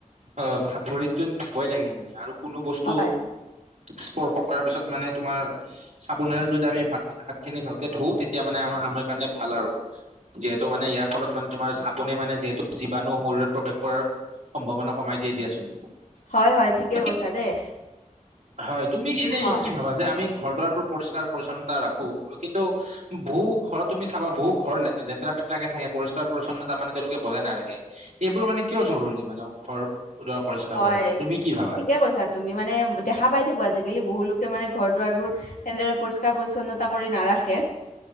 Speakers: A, on the right (about 60°); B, on the left (about 90°).
A: অ' হাত-ভৰিটো ধুবই লাগে মানে। আৰু কোনো বস্তু
B: হয়
A: স্পৰ্শ কৰাৰ পিছত মানে তোমাৰ চাবোনেৰে যদি আমি ভাতখি- হাতখিনি ভালকে ধুও, তেতিয়া মানে আমাৰ আমাৰ কাৰণে ভাল আৰু। যিহেতু মানে ইয়াৰ ফলত মানে তোমাৰ চাবোনে মানে যিহেতু জীৱাণু শৰীৰত প্ৰৱেশ কৰাৰ সম্ভাৱনা কমাই দিয়ে দিয়াচোন।
B: হয় - হয়, ঠিকে
A: তাকে,
B: কৈছা দেই।
A: হয় তুমি এনেই
B: হয়
A: কি ভাবা, যে আমি ঘৰ দুৱাৰোৰ পৰিষ্কাৰ পৰিচ্ছন্নতা ৰাখো, কিন্তু বহু ঘ তুমি চাবা বহু ঘৰ লেতেৰা। টাকে থাকে। পৰিষ্কাৰ পৰিচ্ছন্নতা মানে তেওঁলোকে বজাই নাখে, এইবোৰ মানে কিয় জৰুৰী মানে ঘৰ। দুৱাৰ পৰিষ্কাৰ
B: হয়
A: কৰি ৰাখা তুমি কি ভাবা
B: ঠিকে কৈছা। তুমি মানে দেখা পাই থাকো আজিকালি বহু লোকে মানে ঘৰত। দাৰবোৰ তেনেদৰে পৰিষ্কাৰ-পৰিচ্ছন্নতা কৰি নাৰাখে।